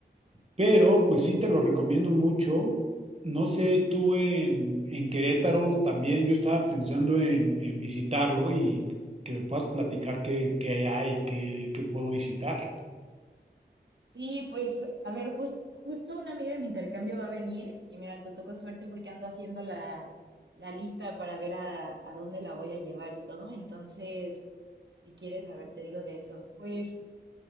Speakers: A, on the right (about 35°); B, on the right (about 75°).
A: pero pues sí te lo recomiendo mucho. No sé, tú en, en Querétaro también yo estaba pensando en, en visitarlo y que me puedas platicar qué, qué hay, qué, qué puedo visitar.
B: Sí, pues, a ver, jus- justo una amiga de mi intercambio va a venir y mira, te tocó suerte porque ando haciendo la, la lista para ver a, a dónde la voy a llevar y todo. Entonces, si quieres saber, te digo de eso. Pues